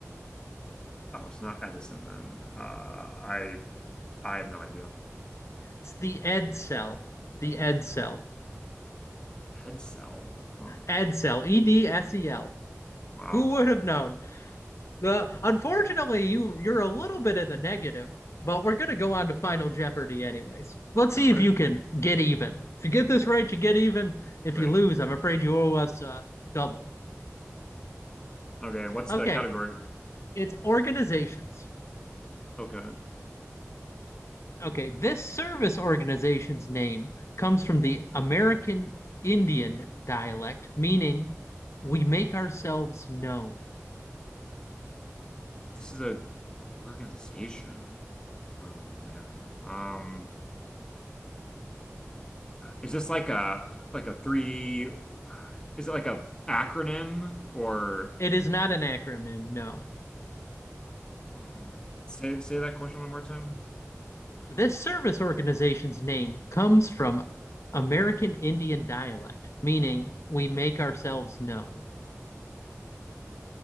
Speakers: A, on the left (about 15°); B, on the left (about 60°).
A: oh, it's not Edison then. Uh I I have no idea.
B: It's the Ed cell. The Ed cell.
A: Head cell. Huh.
B: Ed cell. E D S E L.
A: Wow.
B: Who would have known? The unfortunately, you you're a little bit in the negative, but we're gonna go on to Final Jeopardy anyways. Let's see
A: All right.
B: if you can get even. If you get this right, you get even. If
A: Great.
B: you lose,
A: <laughs>
B: I'm afraid you owe us uh, double.
A: Okay, what's
B: Okay,
A: the category?
B: It's organizations.
A: Okay.
B: Okay, this service organization's name comes from the American Indian dialect, meaning we make ourselves known.
A: This is a organization. Oh man. Um Is this like a like a three? Uh, is it like a acronym or
B: It is not an acronym, no.
A: um, say say that question one more time?
B: This service organization's name comes from American Indian dialect, meaning we make ourselves known.